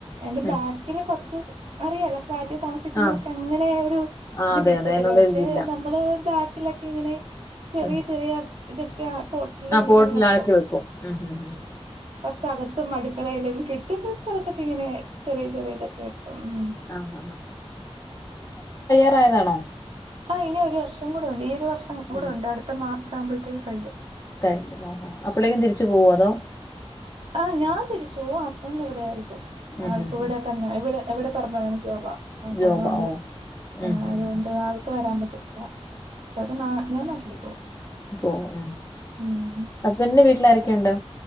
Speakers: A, on the right; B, on the left.
A: എന്റെ
B: ഉം
A: ബാക്കിന് കൊറച്ച് അറിയാലോ, ഫ്ലാറ്റിൽ താമസിക്കുന്നവർക്ക്
B: ആഹ്
A: അങ്ങനെ ഒരു
B: ആഹ്
A: ഇത്
B: അതെ
A: കിട്ടത്തില്ല
B: അതെ അതിനുള്ള
A: പക്ഷെ
B: ഒരിതില്ല
A: നമ്മള് ബാക്കിലെ ഇങ്ങനെ ചെറിയ
B: ഉം
A: ചെറിയ ഇതൊക്കെ ആ പോട്ടിൽ
B: ആഹ്
A: ഇങ്ങനെ
B: പോട്ടിലാക്കി
A: വെക്കും,
B: ഉം ഉം ഉം
A: കുറച്ചകത്തും അടുക്കളലും കിട്ടുന്ന സ്ഥ് സ്ഥലത്തൊക്കെ ഇങ്ങനെ ചെറിയ ചെറിയ ഇതൊക്കെ വെക്കും ഉം,
B: ആഹ് പ്രായതാണോ,
A: ആ ഇനി ഒരു വർഷം കൂടെ ഉണ്ട് ഈ ഒരു വർഷം കൂടെ
B: ഉം,
A: ഉണ്ട് അടുത്ത മാർച്ച് ആകുമ്പോഴത്തേക്ക് കഴിയു,
B: കഴഞ്ഞും ആഹാ അപ്പോഴേക്കും തിരിച്ചു പോവോ അതോ,
A: ആ ഞാൻ തിരിച്ചു ഹസ്ബൻഡ് ഇവിടെ ആയിരിക്കും
B: ഉം
A: ആൾക്ക്
B: ഉം
A: ഇവിടെ
B: ഉം
A: തന്നെ ഇവിടെ, എവിടെ പെർമനന്റ് ജോബാ അപ്പെ
B: ജോബാ
A: അതുകൊണ്ട്
B: ഓഹ്
A: ങേ
B: ഉം
A: അതുകൊണ്ട്
B: ഉം ഉം
A: ആൾക്ക് വരാൻ പറ്റത്തില്ല, ചെപ്പോ ഞാ നാട്ടില്, പോവും
B: പോ ഉ
A: ഉം
B: ഹസ്ബറ്റിന്റെ വീട്ടില് ആരൊക്കെയുണ്ട്,